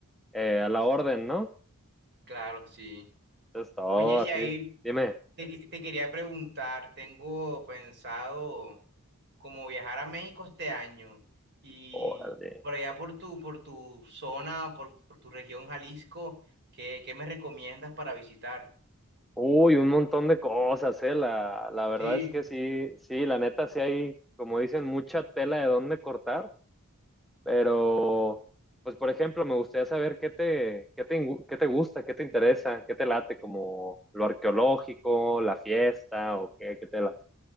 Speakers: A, in the centre; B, on the right.
A: eh, a la orden, ¿no?
B: claro, sí.
A: Entonces todo
B: Oye, Yair,
A: así. Dime.
B: te, que- te quería preguntar, tengo pensado como viajar a México este año y
A: Órale.
B: por allá por tu, por tu zona, por, por tu región Jalisco, ¿qué, qué me recomiendas para visitar?
A: Uy, un montón de cosas, ¿eh? La, la verdad
B: Sí,
A: es que sí, sí, la neta sí hay, como dicen, mucha tela de dónde cortar. Pero, pues por ejemplo, me gustaría saber qué te, qué te, ingu- qué te gusta, qué te interesa, qué te late, como lo arqueológico, la fiesta o qué, qué te late.